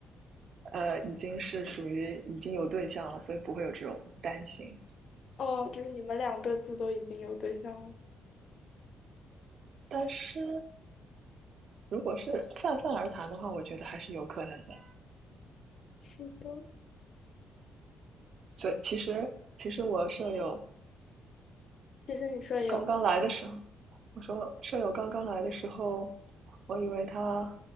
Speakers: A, on the right; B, on the left.
A: 呃，已经是属于已经有对象了，所以不会有这种担心。
B: 哦，就是你们两个自都已经有对象了。
A: 但是如果是泛泛而谈的话，我觉得还是有可能的。
B: 是的，
A: 所以其实其实我舍友
B: 这是你舍友。
A: 刚刚来的时候，我说舍友刚刚来的时候，我以为他